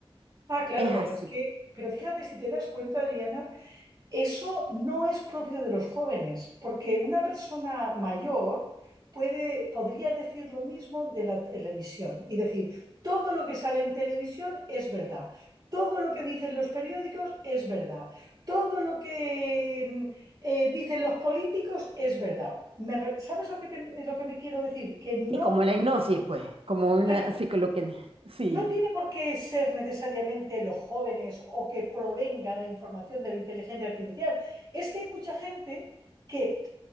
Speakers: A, on the right (about 40°); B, on the right (about 70°).
A: Ah, claro,
B: es
A: pero
B: así.
A: es que, pero fíjate si te das cuenta, Adriana, eso no es propio de los jóvenes, porque una persona mayor puede, podría decir lo mismo de la televisión y decir, todo lo que sale en televisión es verdad, todo lo que dicen los periódicos es verdad, todo lo que mm, eh, dicen los políticos es verdad. Me re- ¿sabes lo que, te- lo que me quiero decir? Que no...
B: Y como la hipnosis, pues, como una,
A: claro,
B: así que lo que, sí,
A: No tiene por qué ser necesariamente los jóvenes o que provenga la información de la inteligencia artificial. Es que hay mucha gente que